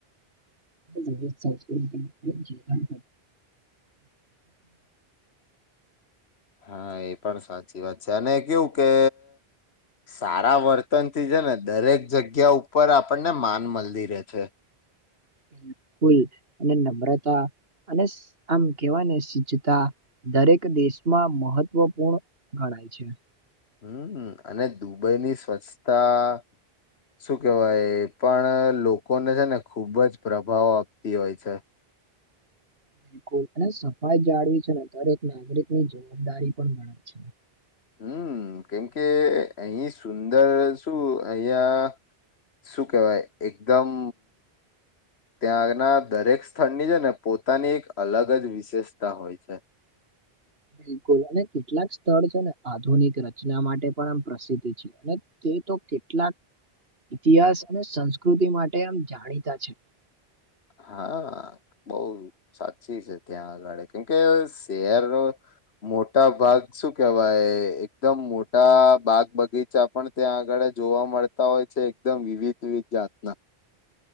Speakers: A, on the right; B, on the left.
A: સંસ્કૃ અને
B: હા એ પણ સાચી વાત છે અને કેવું કે સારા વર્તનથી છે ને દરેક જગ્યા ઉપર આપણને માન મલ્િરે છે
A: બિલકુલ અને નમ્રતા અને આમ કેવા ને સિ્તા દરેક દેશમાં મહત્વપૂર્ણ છે
B: હમ અને દુબઈની સ્વચ્છતા શું કેહેવાય એ પણ લોકોને છે ને ખૂબ જ પ્રભાવ આપતી હોય છે
A: બિલકુલ અને સફાઈ જાળવી છે ને દરેક નાગરિક ની જવાબદારી પણ મળે છે
B: હમ કેમ કે અહી સુંદર શું અહયા શું કેહેવાય એકદમ ત્યાં આના દરેક સ્થળની છે ને પોતાની એક અલગ જ વિશેષતા હોય છે <inaudible>
A: બિલકુલ અને કેટલાક સ્થળ છે ને આધુનિક રચના માટે પણ આમ પ્રસિદ્ધ છ અને એ તો કેટલાક ઇતિહાસ અને સંસ્કૃતિ માટે આમ જાણીતા છે
B: હા બહ સાચી છે ત્યાં આગડે કેમકે શહેરનો મોટા ભાગ શું કેવાય એકદમ મોટા બાગ બગીચા પણ ત્યાં આગળ જોવા મળતા હોય છે એકદમ વિવિધ વી જાતના